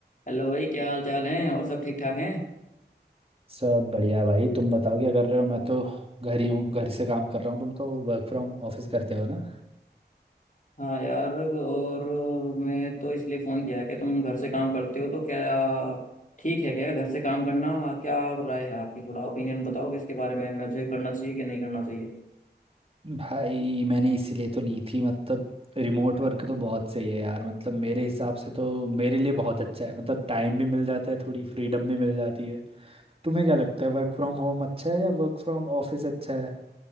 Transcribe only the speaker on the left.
Hello भाई क्या हाल चाल है और सब ठीक ठाक हैं
हाँ यार और मैं तो इसलिए फ़ोन किया है कि तुम घर से काम करते हो तो क्या ठीक है क्या घर से काम करना क्या राय है आपकी थोड़ा ओपिनियन बताओगे इसके बारे में मुझे करना चाहिए कि नहीं करना चाहिए